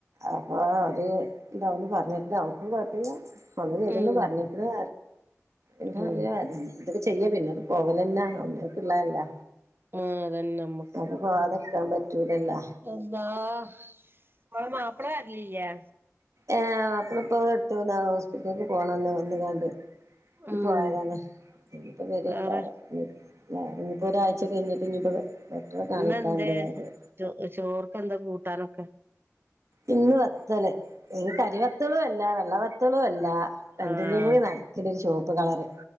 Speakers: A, on the right (about 70°); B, on the right (about 45°).
A: അപ്പൊ അവര് ഇണ്ടാവുന്ന് പറ്ഞ്ഞ്ക്ക്ണ് അവള്ക്കും കുഴപ്പല്ല അഹുന്ന് വരുന്ന്
B: ഉം
A: പറ്ഞ്ഞ്ക്ക് ണ്ർഞ്ഞ്
B: ഉം
A: എന്ത <unintelligible> ന്തൊക്കെ ചെയ്യാ പിന്നെ പോവലെന്നെ അവനാൻക്ക്ള്ളല്ലേ
B: ഹെ അതന്നെ നമ്മ
A: അപ്പം പോവാതക്കാം പറ്റൂലല്ലാ
B: എന്താ ആഹ് ഇങ്ങളെ മാപ്പള്ള വെര്ലിലെ
A: ഏ മാപ്പിളപ്പോ എട്ത്തുന്ന ഹോസ്പിറ്റലി പോണന്ന് വന്ന് ക്കാണ്ട്
B: ഉം
A: പോയതാണ് ഇനിപ്പോ വെരെക്കാരം
B: വേറെ
A: ഇനിയിപ്പോ ഒരാഴ്ച കഴിഞ്ഞിട്ട് ഇഞ്ഞ്പ്പോ വെട്ട്റ കാണിക്കാണ്ട്
B: ഇന്നെന്തേ
A: റ്ഞ്ഞ്
B: ചോ ചോർക്ക എന്താ കൂട്ടാനൊക്കെ
A: ഇന്ന് വത്തല് ഒര് കരിവത്തളും അല്ല വെള്ള വത്തളും അല്ല രണ്ടിന്റിം
B: ആഹ്
A: കൂടി നട് തല് ര് ച്ചോപ്പ് കളറ്